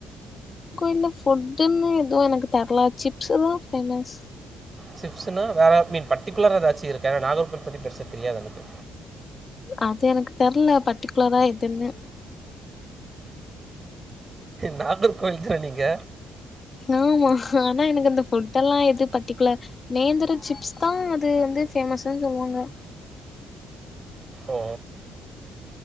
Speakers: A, on the left; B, on the right.
A: இந்த ஃபுட்டுனு ஏது எனக்கு தெர்ல சிப்ஸ் தான் ஃபேமஸ்
B: சிப்ன்னா வேற மீன் பர்டிகுலர் ஏதாச்சு இருக்கு ஏன்னா நாகர்க பத்தி பெருச தெரியாது எனக்கு
A: அது எனக்கு தெரியல பர்ட்டிகுலரா எதுன்னு
B: நாகர்கோவில் த நீங்க
A: ஆமா ஆனா எனக்கு அந்த புட் எல்லாம் எது பர்டிகுலர் நேந்தர சிப்ஸ் தான் அது வந்து பேமஸ்ன்னு சொல்லுவாங்க
B: ஓ